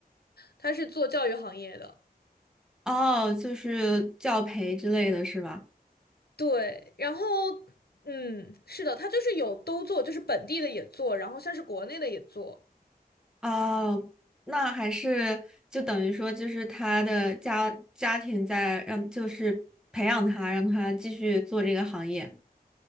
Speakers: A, on the left; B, in the centre.
A: 他是做教育行业的，
B: 哦，就是教培之类的是吧？
A: 对，然后嗯，是的，他就是有都做，就是本地的也做，然后像是国内的也做，
B: 哦，那还是就等于说，就是他的家家庭在让，就是培养他，让他继续做这个行业。